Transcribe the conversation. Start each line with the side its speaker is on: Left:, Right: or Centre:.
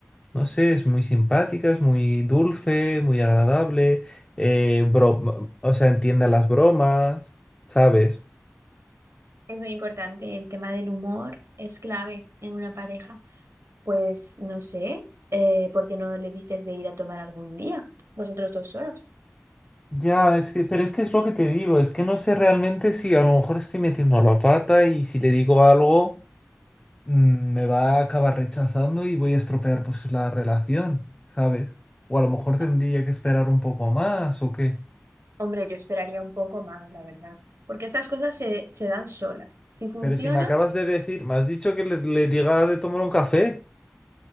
Left: no sé, es muy simpática, es muy dulce, muy agradable, eh, bro- mm, o sea, entiende las bromas, ¿sabes?
Right: Es muy importante, el tema del humor es clave en una pareja. Pues no sé, eh, ¿por qué no le dices de ir a tomar algún día? Vosotros dos solos.
Left: Ya, es que, pero es que es lo que te digo, es que no sé realmente si a lo mejor estoy metiendo la pata y si le digo algo. mm, me va a acabar rechazando y voy a estropear pues la relación, ¿sabes? O a lo mejor tendría
Right: Ah,
Left: que esperar un poco más o qué.
Right: Hombre, yo esperaría un poco más, la verdad, porque estas cosas se, se dan solas. Si funciona,
Left: Pero si me acabas de decir, me has dicho que le, le diga de tomar un café.